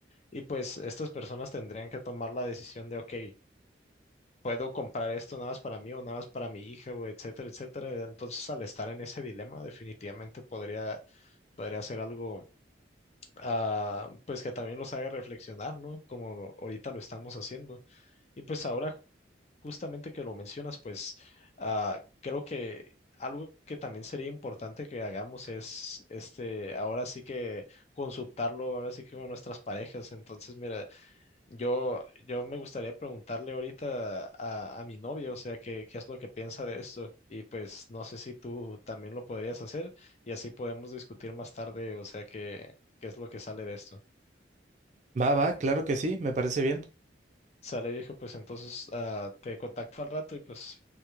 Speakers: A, on the left; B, on the right.
A: Y pues estas personas tendrían que tomar la decisión de, ok, puedo comprar esto nada más para mí o nada más para mi hija, o etcétera, etcétera. Entonces, al estar en ese dilema, definitivamente podría, podría ser algo ah, pues que también los haga reflexionar, ¿no? Como lo- ahorita lo estamos haciendo. Y pues ahora, justamente que lo mencionas, pues ah, creo que algo que también sería importante que hagamos es, este, ahora sí que consultarlo, ahora sí que con nuestras parejas. Entonces, mira, yo, yo me gustaría preguntarle ahorita a, a mi novia, o sea, qué, qué es lo que piensa de esto. Y pues no sé si tú también lo podrías hacer y así podemos discutir más tarde, o sea, qué, qué es lo que sale de esto.
B: Va, va, claro que sí, me parece bien.
A: Sale viejo, pues entonces ah, te contacto al rato y pues